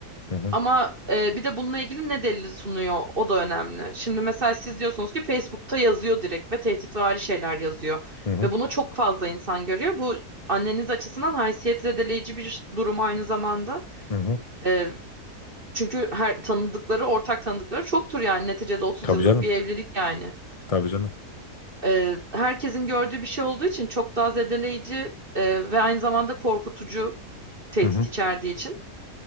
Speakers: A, on the left; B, on the right.
A: Hı hı,
B: Ama e, bir de bununla ilgili ne delil sunuyor o da önemli. Şimdi mesela siz diyorsunuz ki Facebook'ta yazıyor direkt ve tehditvari şeyler yazıyor.
A: hı hı,
B: Ve bunu çok fazla insan görüyor. Bu anneniz açısından haysiyet zedeleyici bir durum aynı zamanda.
A: hı hı.
B: E, çünkü her tanıdıkları, ortak tanıdıkları çoktur yani. Neticede 30
A: Tabii
B: yıllık
A: canım.
B: bir evlilik yani.
A: Tabii canım.
B: E, herkesin gördüğü bir şey olduğu için çok daha zedeleyici e, ve aynı zamanda korkutucu tehdit
A: Hı hı,
B: içerdiği için.